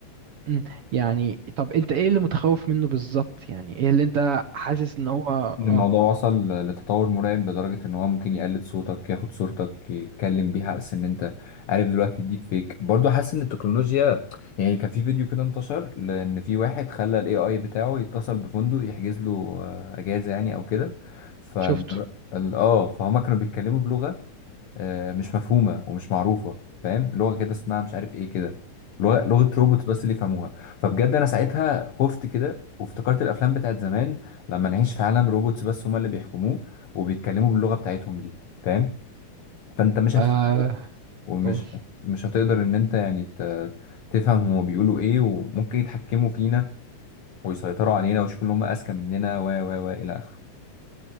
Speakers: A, on the right; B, on the left.
A: مم. يعني طب انت ايه اللي متخوف منه بالظبط يعني ايه اللي انت حاسس ان هو
B: إن
A: اه
B: الموضوع وصل لتطور مرعب لدرجة إن هو ممكن يقلد صوتك ياخد صورتك يتكلم بيها على أساس إن أنت عارف دلوقتي الديب فيك برضه حاسس إن التكنولوجيا يعني كان في فيديو كده انتشر لأن في واحد خلى ال AI بتاعه يتصل بفندق يحجز له آه، أجازة يعني أو كده فال
A: شفته
B: ال- آه فهما كانوا بيتكلموا بلغة آه، مش مفهومه ومش معروفه فاهم لغه كده اسمها مش عارف ايه كده لغه لغه روبوت بس اللي يفهموها فبجد انا ساعتها خفت كده وافتكرت الافلام بتاعت زمان لما نعيش في عالم روبوتس بس هما اللي بيحكموه وبيتكلموا باللغه بتاعتهم دي فاهم فانت مش
A: آه
B: هتفهمه ومش
A: قول
B: مش هتقدر ان انت يعني ت- تفهم هما بيقولوا ايه وممكن يتحكموا فينا ويسيطروا علينا ويشوفوا ان هما اذكى مننا و و و الى اخره